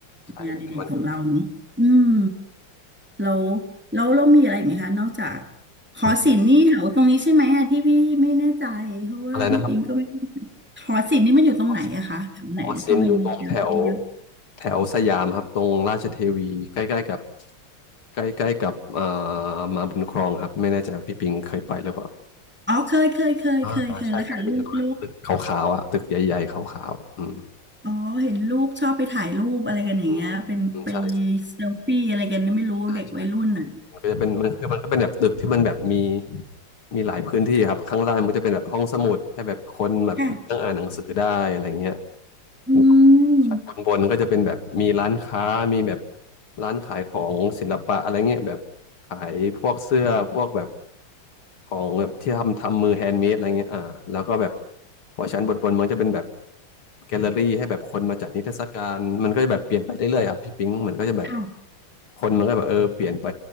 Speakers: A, on the left; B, in the centre.
A: ใช่แล้วเป็นวันหยุด
B: งานอดิเรกของเราเนอะอืม แล้วแล้วเรามีอะไรอีกไหมคะนอกจากหอศิลป์นี่แถวตรงนี้ใช่ไหมอะที่พี่ไม่แน่ใจเพราะว่าพี่ปิงก็ไม่แ
A: อ่ออะไรนะครับ
B: หอศิลป์นี่มันอยู่ตรงไหนอะคะแถวไหนนะที่มันมีเยอะเยอะ
A: ออซินออซินอยู่ตรงแถวแถวสยามครับตรงราชเทวีใกล้ๆกับใกล้ๆกับอ่ามาบุญครองครับไม่แน่ใจว่าพี่ปิงเคยไปหรือเปล่า
B: อ๋อเคยเคยเคยเคยเคยแล้วค่ะลูกลูก
A: อ่าอ่าใช่ใช่มันอยู่ตรงนั้นตึกขาวๆอ่ะตึกใหญ่ๆขาวๆอืม
B: อ๋อเห็นลูกชอบไปถ่ายรูปอะไรกันอย่างเงี้ยเป็นไป
A: อืมอืมใช่
B: เซลฟี่อะไรกันไม่รู้เด็กวัยรุ่นน่ะ
A: ใช่ใช่มันก็จะเป็นมันคือมันก็เป็นแบบตึกที่มันแบบมีมีหลายพื้นที่ครับข้างล่างมันก็จะเป็นแบบห้องสมุดให้แบบคนแบบนั่งอ่านหนังสือได้อะไรเงี้ย
B: ค่ะอื
A: แล้ว
B: ม
A: ชั้นบนบนก็จะเป็นแบบมีร้านค้ามีแบบร้านขายของศิลปะอะไรเงี้ยแบบขายพวกเสื้อพวกแบบ ของแบบที่ทำทำมือแฮนด์เมดอะไรเงี้ยอ่าแล้วก็แบบพอชั้นบนบนมันจะเป็นแบบแกลเลอรี่ให้แบบคนมาจัดนิทรรศการมันก็จะแบบเปลี่ยนไปเรื่อยๆอ่ะพี่ปิงมันก็จะแบบ
B: ค่ะ
A: คนมันก็แบบเออเปลี่ยนไป